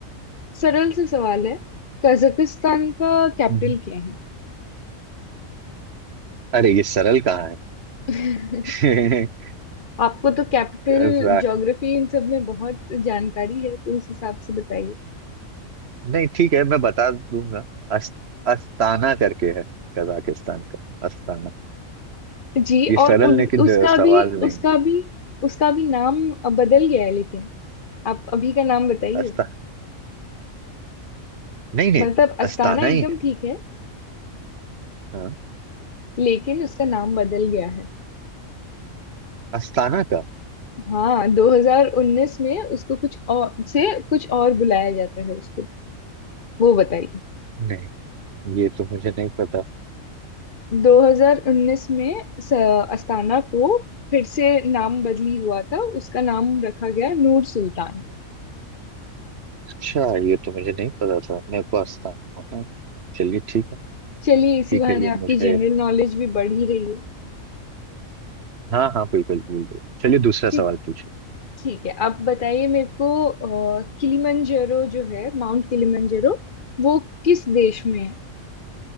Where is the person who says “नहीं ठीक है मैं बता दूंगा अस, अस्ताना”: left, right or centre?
Right